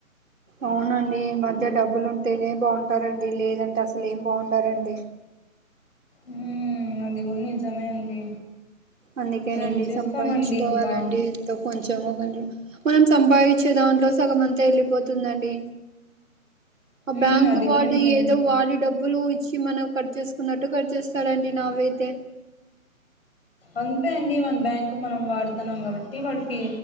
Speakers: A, on the right; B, on the left.
A: అవునండి ఈ మధ్య డబ్బులు ఉంటేనే బాగుంటారండి లేదంటే అసలు ఏం బాగుంటారండి
B: ఉం అది కూడా నిజమే అండి
A: అందుకేనండి
B: ఏం చేస్తామండి
A: సంపాయించుకోవాలండి
B: ఇంకా
A: కొంచెం ఒకండి మనం సంపాదించే దాంట్లో సగం అంతా వెళ్ళిపోతుందండి ఆ
B: ఉమ్
A: బ్యాంకు
B: అది
A: వాడు
B: కూడా నిజమండి
A: ఏదో వాడి డబ్బులు ఇచ్చి మనం కట్ చేసుకున్నట్టు కట్ చేస్తాడుండి నావైతే
B: అంతే అండి మన బ్యాంకు మనం వాడుతున్నాం కాబట్టి వాడికిీ